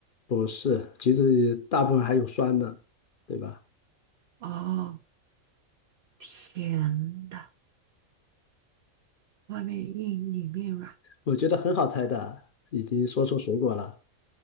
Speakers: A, on the left; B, on the right.
A: 不是，橘子大部分还有酸的，对吧？
B: 哦，甜的。外面硬里面软。
A: 我觉得很好猜的，已经说出水果了。